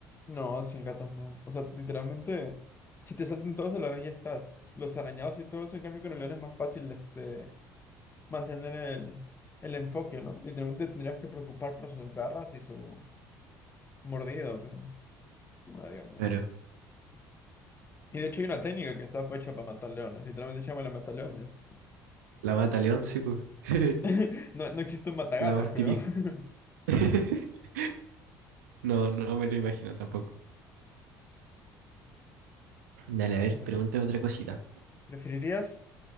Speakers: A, on the left (about 25°); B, on the right (about 80°).
A: No, sin gatos no. O sea, literalmente, si te saltan todos a la vez ya estás. Los arañados y todo eso, en cambio con el león es más fácil este, mantener el, el enfoque, ¿no? Literalmente tendrías que preocupar por sus garras y su mordido, pero. No, digamos.
B: Claro,
A: Y de hecho hay una técnica que está hecha para matar leones. Literalmente se llama la mataleones.
B: la mata león, sí, pues. <laughs>
A: <laughs> No, no existe un matagatos,
B: La más
A: creo.
B: típica.
A: <laughs>
B: <laughs> No, no me lo imagino tampoco. Dale,
A: A
B: a ver,
A: ver.
B: pregúntame otra cosita.
A: ¿Preferirías